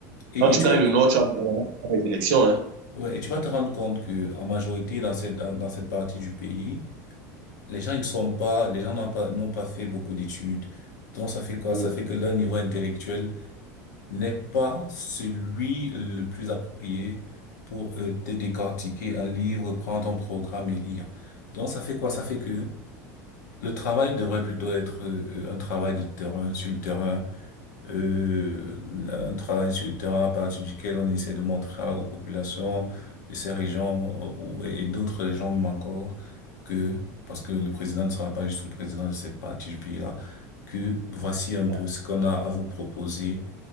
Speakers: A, on the left; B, on the right.
A: et,
B: quand tu
A: et tu,
B: gagnes le Nord, tu as normalement, tu as les élections. Hein.
A: ouais, et tu vas te rendre compte que en majorité dans cette dans dans cette partie du pays Les gens, ils ne sont pas, les gens n'ont pas, n'ont pas fait beaucoup d'études. Donc, ça fait quoi?
B: Oh,
A: Ça fait que leur niveau intellectuel n'est pas celui le plus approprié pour euh, te décortiquer un livre, prendre un programme et lire. Donc, ça fait quoi? Ça fait que le travail devrait plutôt être euh, un travail de terrain, sur le terrain, euh, un travail sur le terrain à partir duquel on essaie de montrer aux populations de ces régions euh, ou, et, et d'autres régions même encore que, parce que le président ne sera pas juste le président de cette partie du pays-là, que voici
B: c'est
A: un
B: ça.
A: peu ce qu'on a à vous proposer